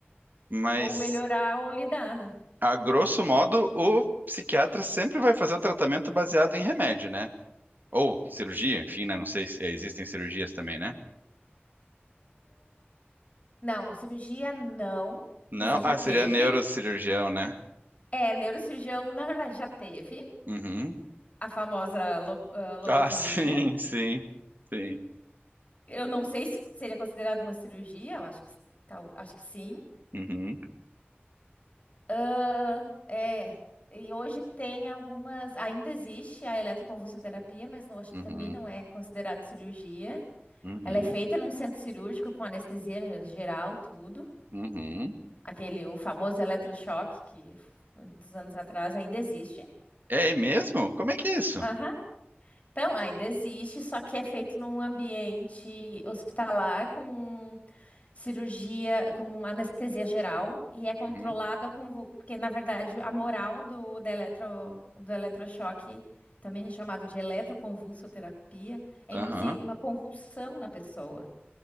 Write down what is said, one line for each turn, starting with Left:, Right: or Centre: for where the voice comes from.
Right: Mas,
Left: ou melhorar ou lidar, né?
Right: a grosso modo, o psiquiatra sempre vai fazer o tratamento baseado em remédio, né? Ou cirurgia, enfim, né? Não sei se existem cirurgias também, né?
Left: Não, cirurgia não.
Right: Não,
Left: Quer dizer, já
Right: ah,
Left: teve.
Right: seria neurocirurgião, né?
Left: É, neurocirurgião, na verdade, já teve
Right: Uhum.
Left: a famosa lo- ah, lobotomia.
Right: Ah, <laughs> sim, sim, sim.
Left: Eu não sei se seria considerado uma cirurgia, eu acho que, tal, acho que sim.
Right: Uhum,
Left: Ah, é, e hoje tem algumas. Ainda existe a eletroconvulsoterapia, mas não, acho
Right: uhum,
Left: que também não é considerado cirurgia.
Right: uhum.
Left: Ela é feita num centro cirúrgico com anestesia geral, tudo.
Right: Uhum.
Left: Aquele, o famoso eletrochoque que dos anos atrás ainda existe.
Right: É mesmo? Como é que é isso?
Left: Aham. Então, ainda existe, só que é feito num ambiente hospitalar com cirurgia, com anestesia geral e é controlado
Right: Uhum.
Left: a convul... porque na verdade a moral do da eletro... do eletrochoque, também chamado de eletroconvulsoterapia, é
Right: Aham,
Left: induzir uma convulsão na pessoa,